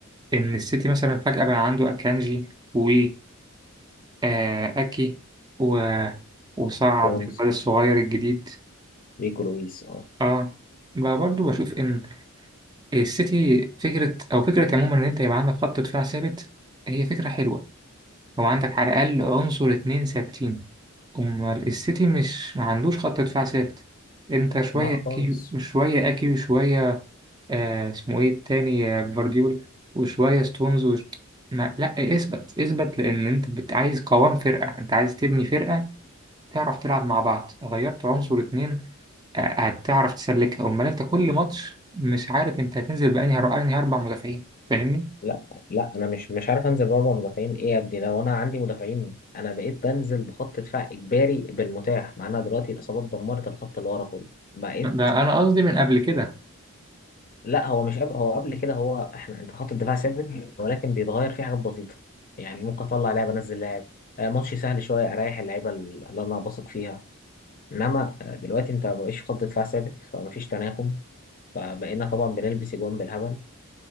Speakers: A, on the right; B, on the left.
A: ان السيتي مثلا فجاه بقى عنده اكانجي و آه اكي و... وصعد
B: جونز
A: الواد الصغير الجديد
B: ريكو لويس اه
A: اه بقى برضو بشوف ان السيتي فكره او فكره عموما ان انت يبقى عندك خط دفاع ثابت هي فكره حلوه هو عندك على الأقل عنصر اتنين ثابتين أمال السيتي مش ما عندوش خط دفاع ثابت أنت شوية
B: لا
A: أكي
B: خالص
A: شوية أكي وشوية آه اسمه إيه التاني آه، جفارديول وشوية ستونز وش... ما لأ اثبت اثبت لأن أنت بت... عايز قوام فرقة أنت عايز تبني فرقة تعرف تلعب مع بعض غيرت عنصر اتنين آه، هتعرف تسلكها أمال أنت كل ماتش مش عارف أنت هتنزل بأنهي أنهي أربع مدافعين فاهمني؟
B: لا لا انا مش مش عارف انزل باربع مدافعين ايه يا ابني لو انا عندي مدافعين انا بقيت بنزل بخط دفاع اجباري بالمتاح معانا دلوقتي الاصابات دمرت الخط اللي ورا كله بقيت
A: ده أنا قصدي من قبل كده
B: لا هو مش قبل هو قبل كده هو احنا انت خط الدفاع ثابت ولكن بيتغير فيه حاجات بسيطه يعني ممكن اطلع لاعب انزل لاعب آه، ماتش سهل شويه اريح اللعيبه اللي انا بثق فيها انما آه، دلوقتي انت مبقاش خط دفاع ثابت فمفيش تناغم فبقينا طبعا بنلبس اجوان بالهبل